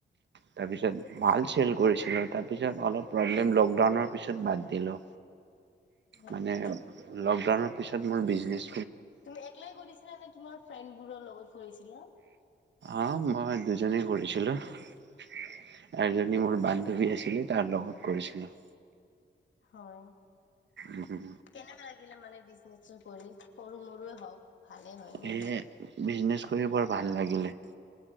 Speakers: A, on the right; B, on the left.
A: তাৰপিছত ভাল চেল কৰিছিলো, তাৰপিছত অলপ, প্ৰব্লেম লকডাউনৰ পিছত বাদ দিলো।
B: হয়
A: মানে
B: নেকি
A: লকডাউনত পিছত মোৰ বিজনেছ
B: তুমি একলাই কৰিছিলা নে তোমাৰ ফ্ৰেণ্ডবোৰৰ লগত কৰিছিলা?
A: অ', মই দুজনেই কৰিছিলো আৰু এজনী মোৰ বান্ধৱী আছিলে তাৰ লগত কৰিছিলো।
B: হয়।
A: উম।
B: কেনেকুৱা লাগিলে মানে বিজনেচ কৰি সৰু মৰুৱে হওক। ভালে হয়
A: <unintelligible>
B: ন।
A: বিজনেছ বৰ ভাল লাগিলে।